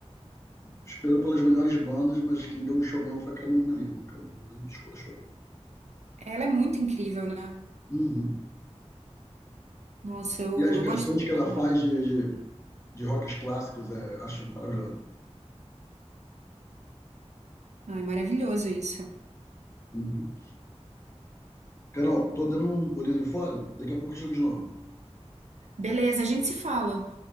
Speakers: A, on the left (about 25°); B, on the right (about 80°).
A: esperou pelas melhores bandas, mas quem deu o show mesmo foi a Carmen Lima. A Carmen show.
B: Ela é muito incrível, né?
A: Uhum.
B: Nossa, eu,
A: E as
B: eu
A: versões
B: gosto muito.
A: que ela faz de, de, de rocks clássicos, é, acho maravilhoso.
B: Ai, maravilhoso isso.
A: Uhum. Carol, tô dando um pulinho ali fora, daqui a pouco eu chego de novo.
B: Beleza, a gente se fala.